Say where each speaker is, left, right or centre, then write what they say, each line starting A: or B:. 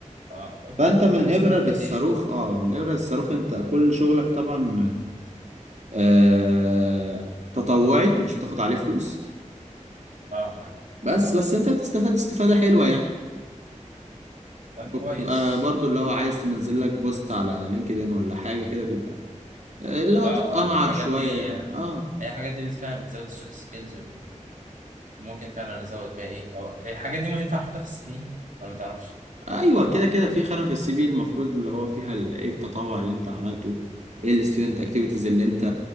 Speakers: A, on the right; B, on the right.
A: اه طب
B: فانت
A: حلو والله
B: من
A: هنستفاد
B: ابرة للصاروخ
A: كتير
B: اه من الابرة للصاروخ انت كل شغلك طبعا آه تطوعي مش بتاخد عليه فلوس
A: اه يعني
B: بس بس انت بتستفاد استفادة حلوة يعني
A: طيب
B: وبتبقى
A: كويس
B: برضو اللي هو عايز تنزل لك بوست على لينكدين ولا حاجة كده بيبقى آه، اللي هو
A: اه
B: تتقنعر
A: اه الحاجات
B: شوية
A: دي
B: يعني
A: آه،
B: اه
A: هي الحاجات دي بتفهم بتزود السوفت سكيلز وممكن فعلا ازود بيها ايه او الحاجات دي ما ينفع احطها في السي في ولا ما تعرفش
B: ايوه كده كده في خانه في السي في المفروض اللي هو فيها ال- ايه التطوع اللي انت عملته ايه الستودنت اكتيفيتيز اللي انت